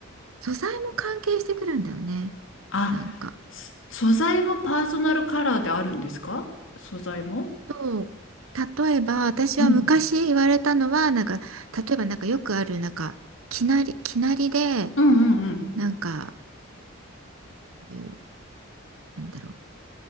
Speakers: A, on the right (about 80°); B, on the left (about 70°).
A: 素材も関係してくるんだよね。
B: あ、
A: なんか。
B: す素材もパーソナルカラーであるんですか素材も
A: そう例えば私は昔言われたのはなんか例えばなんかよくあるなんかきなり、
B: うん。
A: きなりで
B: うんうんうん。
A: なんかうなんだろう